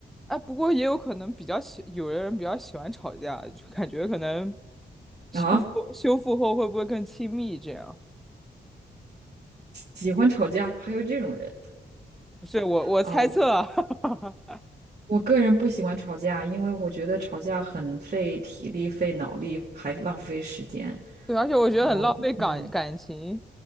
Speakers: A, in the centre; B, on the right.
A: 哎，不过也有可能比较喜，有的人比较喜欢吵架，就感觉可能修复修复后会不会更亲密？
B: 啊。
A: 这样，
B: 喜欢吵架，还有这种人
A: 不是我我猜测啊，
B: 啊，
A: <laughs>
B: 我个人不喜欢吵架，因为我觉得吵架很费体力、费脑力，还浪费时间。
A: 对，而且我觉得很浪费感感情，
B: 我嗯，